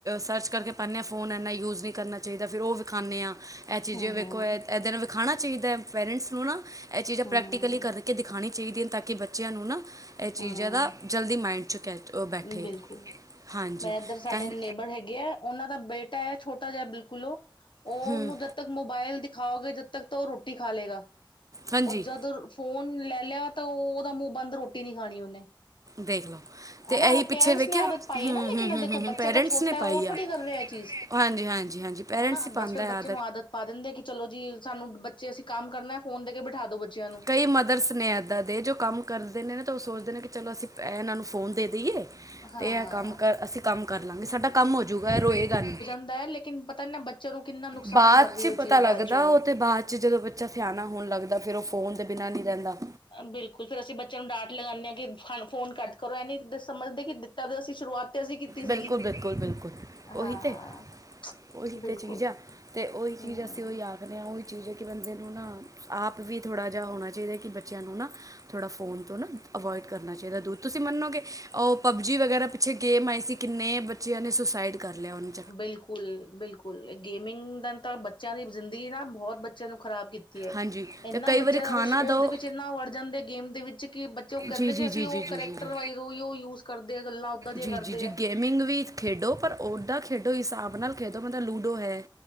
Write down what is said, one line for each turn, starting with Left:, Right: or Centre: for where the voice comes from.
Right: ਸਰਚ ਕਰਕੇ ਪਨੇ ਹਾਂ ਫੋਨ ਇੰਨਾ ਯੂਜ ਨਹੀਂ ਕਰਨਾ ਚਾਹੀਦਾ ਫਿਰ ਉਹ ਵਿਖਾਨੇ ਹਾਂ ਇਹ ਚੀਜ਼ਾਂ
Left: ਹਮ
Right: ਵੇਖੋ
Left: ਹਮ
Right: ਹੈ ਇਹ ਦਿਨ ਵ ਵਿਖਾਣਾ ਚਾਹੀਦਾ ਪੇਰੈਂਟਸ ਨੂੰ ਨਾ ਇਹ ਚੀਜ਼ਾਂ ਪ੍ਰੈਕਟੀਕਲੀ
Left: ਹਮ
Right: ਕਰਕੇ ਦਿਖਾਣੀ ਚਾਹੀਦੀਆਂ ਹਨ ਤਾਂ ਕਿ ਬੱਚਿਆਂ ਨੂੰ ਨਾ ਇਹ ਚੀਜ਼ਾਂ
Left: ਹਮ
Right: ਦਾ ਜਲਦੀ ਮਾਇਂਡ 'ਚ ਕੈ ਓਹ ਬੈਠੇ
Left: ਬਿਲਕੁਲ
Right: ਹਾਂਜੀ
Left: ਮੈਂ ਇੱਧਰ ਸਾਡੇ
Right: ਤਾਂ ਹੀ
Left: ਨੇਬਰ ਹੈਗੇ ਆ ਉਹਨਾਂ ਦਾ ਬੇਟਾ ਹੈ ਛੋਟਾ ਜਿਹਾ ਬਿਲਕੁਲ ਉਹ ਉਹਨੂੰ
Right: ਹੂੰ
Left: ਜਦ ਤੱਕ ਮੋਬਾਇਲ ਦਿਖਾਓਗੇ ਜਦ ਤੱਕ ਤਾਂ ਉਹ ਰੋਟੀ ਖਾ ਲਏਗਾ
Right: ਹਾਂਜੀ
Left: ਉਹ ਜਦ ਫੋਨ ਲੈ ਲਿਆ ਤਾਂ ਉਹ ਉਹਦਾ ਮੂੰਹ ਬੰਦ ਰੋਟੀ ਨੀ ਖਾਣੀ ਉਹਨੇ
Right: ਦੇਖ ਲਓ ਤੇ
Left: ਹਨਾ
Right: ਇਹੀ ਪਿੱਛੇ
Left: ਪੇਰੈਂਟਸ
Right: ਵੇਖਿਆ
Left: ਨੇ ਆਦਤ ਪਾਈ
Right: ਹਮ
Left: ਹੈ ਨਾ ਲੇਕਿਨ
Right: ਹਮ
Left: ਦੇਖੋ
Right: ਹਮ ਹਮ
Left: ਬੱਚਾ
Right: ਪੇਰੈਂਟਸ
Left: ਤਾਂ ਛੋਟਾ
Right: ਨੇ
Left: ਹੈ ਉਹ
Right: ਪਾਈ ਆ
Left: ਥੋੜ੍ਹੀ ਕਰ ਰਿਹਾ ਚੀਜ਼
Right: ਹਾਂਜੀ ਹਾਂਜੀ ਹਾਂਜੀ ਪੇਰੈਂਟਸ
Left: ਹਨਾ
Right: ਹੀ ਪਾਉਂਦਾ
Left: ਬਸ ਫਿਰ
Right: ਆ
Left: ਬੱਚੇ ਨੂੰ ਆਦਤ ਪਾ ਦਿੰਦੇ ਆ ਕਿ ਚਲੋ ਜੀ ਸਾਨੂੰ ਬੱਚੇ ਅਸੀਂ ਕੰਮ ਕਰਨਾ ਫੋਨ ਤੇ ਕੇ ਬਿਠਾ ਦੋ ਬੱਚਿਆਂ ਨੂੰ
Right: ਕਈ ਮਦਰਸ ਨੇ ਇਏਦਾਂ ਦੇ ਜੋ ਕੰਮ ਕਰਦੇ ਨੇ ਤਾਂ ਉਹ ਸੋਚਦੇ ਨੇ ਕਿ ਚਲੋ ਅਸੀਂ ਇਹਨਾਂ ਨੂੰ ਫੋਨ ਦੇ ਦੇਈਏ
Left: ਹਾਂ
Right: ਤੇ ਇਹ ਕੰਮ ਕਰ ਅਸੀਂ ਕੰਮ ਕਰ ਲਾਂਗੇ ਸਾਡਾ ਕੰਮ ਹੋਜੂਗਾ ਰੋਏ ਗਾ ਨਿ
Left: ਹੁੰਦਾ ਲੇਕਿਨ ਪਤਾ ਨ ਨਾ ਬੱਚਿਆਂ ਨੂੰ ਕਿੰਨਾ ਨੁਕਸਾਨ
Right: ਬਾਅਦ
Left: ਕਰ ਰਹੀ
Right: ਚ
Left: ਉਹ
Right: ਪਤਾ
Left: ਚੀਜ਼
Right: ਲੱਗਦਾ
Left: ਬਾਅਦ ਚੋਂ
Right: ਉਹ ਤੇ ਬਾਅਦ ਚ ਜਦੋਂ ਬੱਚਾ ਸਿਆਣਾ ਹੋਣ ਲੱਗਦਾ ਫਿਰ ਉਹ ਫੋਨ ਦੇ ਬਿਨਾਂ ਨਹੀਂ ਰਹਿੰਦਾ
Left: ਬਿਲਕੁਲ ਫੇਿਰ ਅਸੀਂ ਬੱਚਿਆਂ ਨੂੰ ਡਾਂਟ ਲਗਾਉਂਦੇ ਹਾਂ ਕਿ ਫੋਨ ਘਟ ਕਰੋ ਇਹਨੀ ਸਮਝਦੇ ਕਿ ਦਿੱਤਾ ਅਸੀਂ ਸ਼ੁਰੂਆਤ ਤੇ ਅਸੀਂ ਕੀਤੀ ਸੀਗੀ
Right: ਬਿਲਕੁਲ ਬਿਲਕੁਲ ਬਿਲਕੁਲ
Left: ਹਾਂ
Right: ਓਹੀ ਤੇ ਉਹ ਹਿ
Left: ਬਿਲਕੁਲ
Right: ਤੇ ਚੀਜ਼ ਆ ਤੇ ਉਹਹੀ
Left: ਹਮ
Right: ਚੀਜ਼ ਅਸੀਂ ਓਹੀਆ ਖ ਹਾਂ ਉਹੀ ਚੀਜ਼ ਹੈ ਕਿ ਬੰਦੇ ਨੂੰ ਨਾ ਆਪ ਵੀ ਥੜ੍ਹਾ ਜਿਹਾ ਹੋਣਾ ਚਾਹੀਦਾ ਕਿ ਬੱਚਿਆਂ ਨੂੰ ਨਾ ਥੋੜ੍ਹਾ ਫੋਨ ਤੋਂ ਨਾ ਅਵੋਇਡ ਕਰਨਾ ਚਾਹੀਦਾ ਦੂੱਧ ਤੁਸੀਂ ਮੰਨੋਗੇ ਉਹ ਪਬਜੀ ਵਗੈਰਾ ਪਿੱਛੇ ਗੇਮ ਆਈ ਸੀ ਅਸੀਂ ਕਿੰਨੇ ਬੱਚਿਆਂ ਨੇ ਸੁਸਾਈਡ ਕਰ ਲਿਆ ਨ
Left: ਬਿਲਕੁਲ ਬਿਲਕੁਲ ਗੇਮਿੰਗ ਦਾ ਤਾਂ ਬੱਚਿਆਂ ਦੀ ਜ਼ਿੰਦਗੀ ਨਾ ਬਹੁਤ ਬੱਚਿਆਂ ਨੂੰ ਖ਼ਰਾਬ ਕੀਤੀ ਹੈ
Right: ਹਾਂਜੀ
Left: ਇੰਨਾ
Right: ਤੇ ਕਈ
Left: ਬੱਚਾ
Right: ਵਾਰੀ ਖਾਣਾ
Left: ਉਸ
Right: ਦੋ
Left: ਉਸਦੇ ਵਿੱਚ ਇੰਨਾ ਵਰ ਜਾਂਦੇ ਗੇਮ ਦੇ ਵਿੱਚ ਕਿ ਬੱਚੇ ਉਹ
Right: ਜੀ
Left: ਕਹਿੰਦੇ
Right: ਜੀ
Left: ਜ ਅਸੀਂ
Right: ਜੀ
Left: ਉਹ
Right: ਜੀ ਜੀ
Left: ਕਰੈਕਟਰ
Right: ਜੀ ਜੀ
Left: ਵਈਜ਼ ਦ ਉਹ ਯੂਜ ਕਰਦੇ ਆ ਗੱਲਾਂ ਓਦਾਂ ਦੀਆਂ
Right: ਜੀ
Left: ਕਰਦੇ
Right: ਜੀ ਜੀ
Left: ਹੈ
Right: ਗੇਮਿੰਗ ਵਿਥ ਖੇਡੋ ਪਰ ਉਓਦਾਂ ਖੇਡੋ ਹਿਸਾਬ ਨਾਲ ਖੇਡੋ ਮਤਲਬ ਲੂਡੋ ਹੈ